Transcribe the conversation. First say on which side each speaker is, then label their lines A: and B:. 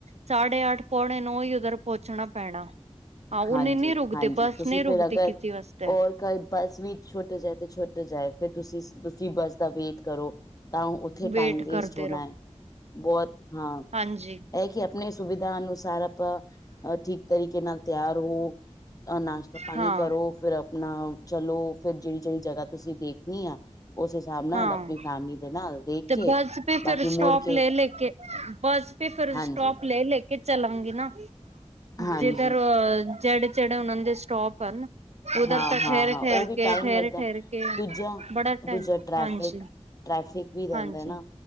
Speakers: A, on the right; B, on the left.
A: ਸਾਢੇ ਅੱਠ ਪੌਣੇ ਨੂੰ ਹੀ ਉੱਧਰ ਪਹੁੰਚਣਾ ਪੈਣਾ। ਹਾਂ ਉਹ
B: ਹਾਂਜੀ
A: ਨਹੀਂ ਰੁਕਦੀ
B: ਹਾਂਜੀ
A: ਬੱਸ
B: ਤੁਸੀਂ
A: ਨਹੀਂ ਰੁਕਦੀ
B: ਫਿਰ ਅਗਰ
A: ਕਿਸੇ ਵਾਸਤੇ।
B: ਔਰ ਕੋਈ। ਬੱਸ ਵੀ ਛੁੱਟ ਜਾਏ ਤੇ ਛੁੱਟ ਜਾਏ ਫਿਰ ਤੁਸੀਂ-ਤੁਸੀਂ ਬੱਸ ਦਾ ਵੇਟ ਕਰੋ। ਤਾਂ ਉੱਥੇ
A: ਵੇਟ
B: ਟਾਈਮ ਵੇਸਟ
A: ਕਰਦੇ
B: ਹੋਣਾ
A: ਰਹੋ
B: ਹੈ ਬਹੁਤ ਹਾਂ
A: ਹਾਂਜੀ
B: ਅ। ਇਹ ਕਿ ਆਪਣੇ ਸੁਵਿਧਾ ਅਨੁਸਾਰ ਆਪਾਂ ਠੀਕ ਤਰੀਕੇ ਨਾਲ ਤਿਆਰ ਹੋੋ ਅ ਨਾਸ਼। ਪਾਣੀ
A: ਹਾਂ
B: ਕਰੋ ਫਿਰ ਆਪਣਾ ਚਲੋ ਫਿਰ ਜਿਹੜੀ ਜਿਹੜੀ ਜਗ੍ਹਾ ਤੁਸੀਂ ਦੇਖਣੀ ਆ ਉਸ ਹਿਸਾਬ ਨਾਲ
A: ਹਾਂ
B: ਆਪਣੀ ਫੈਮਿਲੀ ਦੇ ਨਾਲ ਦੇਖ
A: ਤੇ
B: ਕੇ
A: ਬੱਸ ਪੇ
B: ਬਾਕੀ
A: ਫਿਰ ਸਟੋਪ
B: ਮੁੜ ਕੇ
A: ਲੈ ਲੈ ਕੇ ਬੱਸ ਪੇ ਫਿਰ
B: ਹਾਂਜੀ
A: ਸਟੋਪ ਲੈ ਲੈ ਕੇ ਚਲਾਂਗੀ ਨਾ
B: ਹਾਂਜੀ
A: ਜਿੱਧਰ ਜਿਹੜੇ ਜਿਹੜੇ ਉਹਨਾਂ ਦੇ ਸਟੋਪ ਨਾ ਉਧਰ
B: ਹਾਂ
A: ਤਾਂ
B: ਹਾਂ
A: ਠਹਿਰ
B: ਹਾਂ
A: ਠਹਿਰ
B: ਉਹ ਵੀ
A: ਕੇ
B: ਟਾਈਮ
A: ਠਹਿਰ
B: ਲੱਗਦਾ
A: ਠਹਿਰ ਕੇ
B: ਦੂਜਾ
A: ਬੜਾ
B: ਦੂਜਾ ਟ੍ਰੈਫਿਕ
A: ਹਾਂਜੀ
B: ਟ੍ਰੈਫਿਕ ਵੀ ਰਹਿੰਦਾ
A: ਹਾਂਜੀ
B: ਨਾ